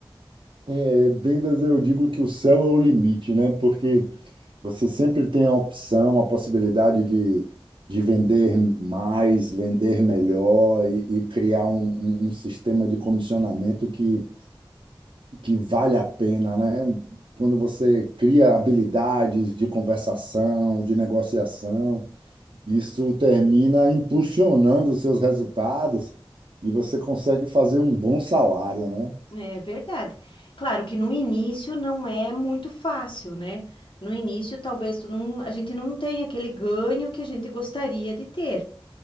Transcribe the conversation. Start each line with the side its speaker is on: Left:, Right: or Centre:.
Right: É, vendas, eu digo que o céu é o limite, né? Porque você sempre tem a opção, a possibilidade de, de vender mais, vender melhor e, e criar um, um- um sistema de comissionamento que, que vale a pena, né? Quando você cria habilidades de conversação, de negociação, isso termina impulsionando os seus resultados e você consegue fazer um bom salário, né?
Left: É verdade. Claro que no início não é muito fácil, né? No início, talvez tu não, a gente não tenha aquele ganho que a gente gostaria de ter.